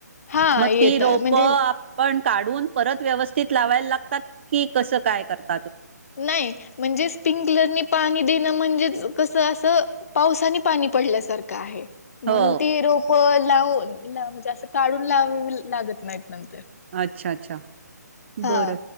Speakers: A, on the left; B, on the right.
A: हा
B: मती
A: येतात
B: रोप
A: म्हणजे
B: आपण काढून परत व्यवस्थित लावायला लागतात की कस काय करतात?
A: नाही म्हणजे स्प्रंकलरनी पाणी देणं म्हणजे कसं असं पावसाने पाणी पडल्यासारखं आहे म्हणून
B: हो
A: ती रोपल लाव ला म्हणजे असं काढून ला लागत नाहीत नंतर
B: अच्छा अच्छा
A: हा
B: बर